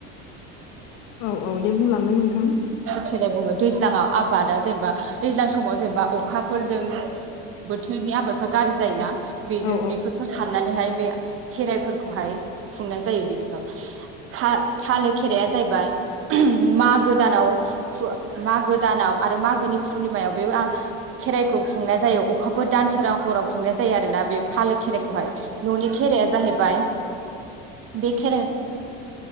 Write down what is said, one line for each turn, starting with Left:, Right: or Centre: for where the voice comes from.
Left: औ औ दे बुंलांनाय नोंथां
Right: खेनाय बुङो दैज्लाङाव आबादा जेनेबा दैज्लां समाव जेनेबा अखाफोरजों बोथोरनि आबादफ्रा गाज्रि जायोना बे
Left: औ
Right: बेफोरखौ साननानैहाय बे खेराइफोरखौहाय खुंनाय जायो बेनिखौ फा फालो खेराया जाहैबाय मागो दानाव फुवा मागो दानाव आरो मागोनि पुर्निमायाव बे खेराइखौ खुंनाय जायो अखाफोर दानसां हराव खुंनाय जायो आरोना बे फालो खेराइखौहाय न'नि खेराइया जाहैब बा बे खेरा